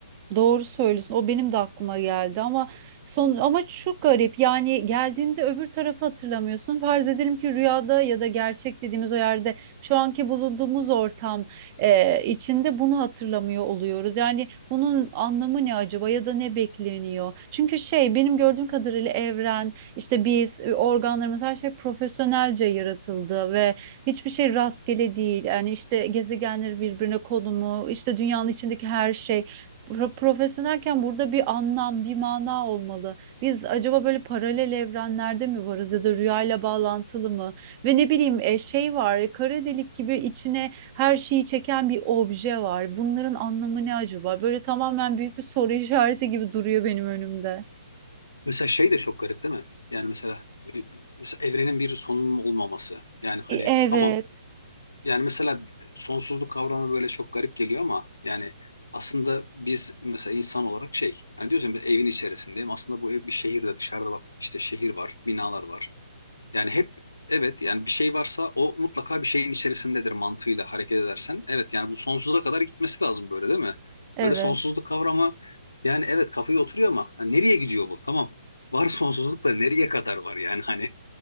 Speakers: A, on the right; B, on the left.
A: Doğru söylüyorsun. O benim de aklıma geldi ama son ama çok garip. Yani geldiğinde öbür tarafı hatırlamıyorsun. Farz edelim ki rüyada ya da gerçek dediğimiz o yerde şu anki bulunduğumuz ortam e, içinde bunu hatırlamıyor oluyoruz. Yani bunun anlamı ne acaba ya da ne bekleniyor? Çünkü şey benim gördüğüm kadarıyla evren işte biz e, organlarımız her şey profesyonelce yaratıldı ve Hiçbir şey rastgele değil. Yani işte gezegenleri birbirine konumu, işte dünyanın içindeki her şey. Pro- Profesyonelken burada bir anlam, bir mana olmalı. Biz acaba böyle paralel evrenlerde mi varız ya da rüyayla bağlantılı mı? Ve ne bileyim e, şey var, e, kara delik gibi içine her şeyi çeken bir obje var. Bunların anlamı ne acaba? Böyle tamamen büyük bir soru <laughs> işareti gibi duruyor benim önümde.
B: Mesela şey de çok garip değil mi? Yani mesela, e, mesela evrenin bir sonunun olmaması. Yani hani
A: E, Evet,
B: tamam yani mesela sonsuzluk kavramı böyle çok garip geliyor ama yani aslında biz mesela insan olarak şey yani diyorsun evin içerisindeyim aslında bu ev bir şehirde dışarıda bak işte şehir var binalar var Yani hep evet yani bir şey varsa o mutlaka bir şeyin içerisindedir mantığıyla hareket edersen. Evet yani bu sonsuza kadar gitmesi lazım böyle değil mi?
A: evet.
B: Böyle sonsuzluk kavramı yani evet kafaya oturuyor ama yani nereye gidiyor bu? Tamam. Var sonsuzluk da nereye kadar var yani hani